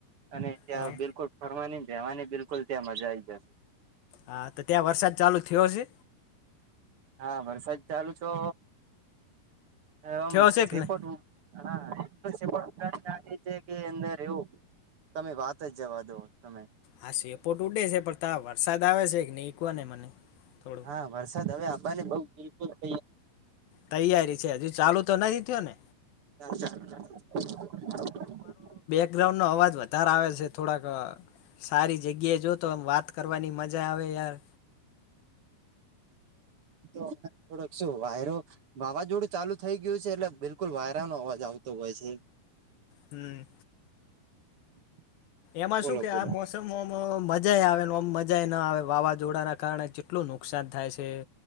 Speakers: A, on the right; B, on the left.
A: અને ત્યાં
B: હા
A: બિલકુલ ફરવાની જવાની બિલકુલ ત્યાં મજા આવી જસે.
B: હા તો ત્યાં વરસાદ ચાલુ થયો છે?
A: હા વરસાદ ચાલુ છો એમ
B: થયો છે
A: સેપોટ
B: કે ને
A: હા <unintelligible> લાગી છે કે અંદર એવું. તમે વાત જ જવા દો તમે.
B: આ શેપોટ ઉડે છે પણ ત વરસાદ આવે છે કે ની એ કવ ને મને થોડું.
A: હા વરસાદ હવે આવાને બ બિલકુલ <unintelligible>
B: તૈયારી છે હજુ ચાલુ તો નથી થયો ને?
A: <inaudible>
B: બેકગ્રાઉન્ડ નો અવાજ વધારે આવે છે થોડાક સારી જગ્યાએ જો તો વાત કરવાની મજા આવે યાર.
A: તો અમને થોડોક શું વાયરો વાવાઝોડું ચાલુ થઇ ગયું છે એટલે બિલકુલ વાયરાનો અવાજ આવતો હોય છે.
B: હમ.
A: <inaudible>
B: એમાં
A: બોલો
B: શું કે
A: બોલો
B: આ મોસમમ મજા આવે આમ મજા ના આવે વાવાઝોડાના કારણે કેટલું નુકસાન થાય છે